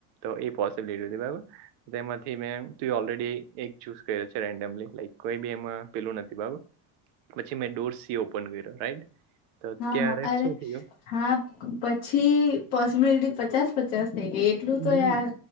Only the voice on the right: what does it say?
તો એ પોસિબલિટી બરાબર તેમાંથી મે તુ ઓલરેડી એક ચૂસ ન્ડ કોઈ બી એમાં પેલું નથી, બરાબર પછી મેં ડોર સી ઓપન કર્યો રાઈટ તો
ત્યારે
શું થયુ.
નહી